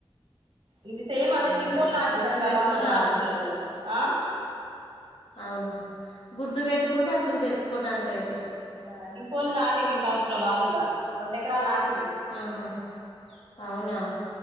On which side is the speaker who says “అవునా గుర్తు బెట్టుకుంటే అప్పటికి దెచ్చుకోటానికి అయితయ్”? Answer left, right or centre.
Left